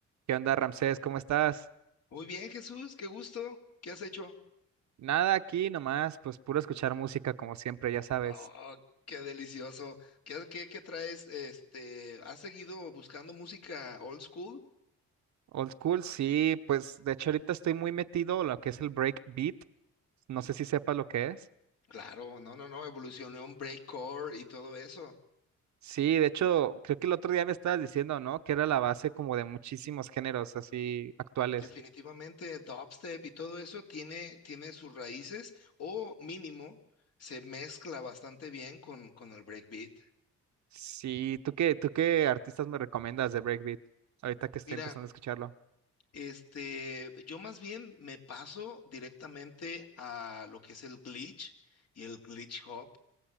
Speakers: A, on the right (about 65°); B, on the left (about 55°).
A: ¿Qué onda, Ramsés? ¿Cómo estás?
B: Muy bien, Jesús, qué gusto. ¿Qué has hecho?
A: Nada aquí nomás, pues puro escuchar música como siempre, ya sabes.
B: Oh, qué delicioso. ¿Qué, qué, qué traes? Este, ¿has seguido buscando música old school?
A: Old school, sí, pues de hecho ahorita estoy muy metido en lo que es el breakbeat. No sé si sepas lo que es.
B: Claro, no, no, no, evolucionó en breakcore y todo eso.
A: Sí, de hecho, creo que el otro día me estabas diciendo, ¿no? Que era la base como de muchísimos géneros así actuales.
B: Definitivamente dubstep y todo eso tiene, tiene sus raíces o mínimo se mezcla bastante bien con, con el breakbeat.
A: Sí, ¿tú qué, tú qué artistas me recomiendas de breakbeat? Ahorita que estoy
B: Mira,
A: empezando a escucharlo.
B: este, yo más bien me paso directamente a lo que es el glitch y el glitch hop.